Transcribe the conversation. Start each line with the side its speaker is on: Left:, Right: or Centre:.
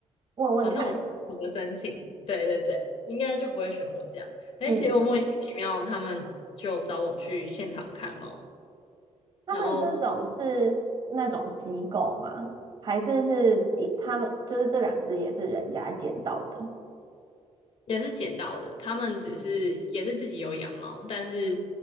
Right: 问问看，
Left: 反正我就我的申请，对对对，应该就不会选我这样。哎，
Right: 嗯，
Left: 结果莫名其妙，他们就找我去现场看猫。
Right: 他们这种是那种机构吗？
Left: 然后
Right: 还是是一他们就是这两只也是人家捡到的？
Left: 也是捡到的。他们只是也是自己有养猫，但是